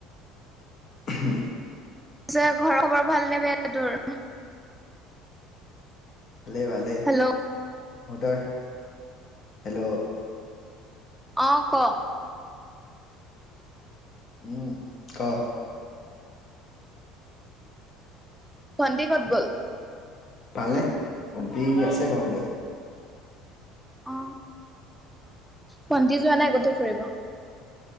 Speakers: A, on the left; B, in the centre.
A: হুম
B: যে ঘৰৰ খবৰ ভাল নে বেয়া তোৰ
A: ভালে ভালে
B: হেল্ল'
A: তহঁতৰ হেল্ল'
B: অ ক
A: উম কহ
B: ভণ্টি কত গ'ল
A: পালে ভণ্টি আছে ঘৰতে
B: অ ভণ্টি যোৱা নাই কতো ফুৰিব?